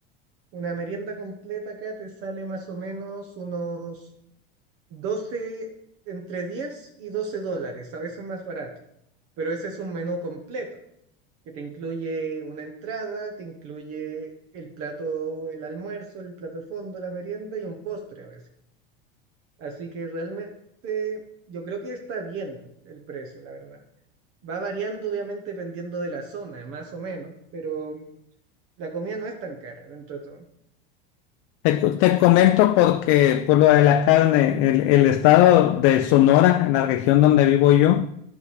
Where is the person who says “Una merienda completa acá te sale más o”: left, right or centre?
Right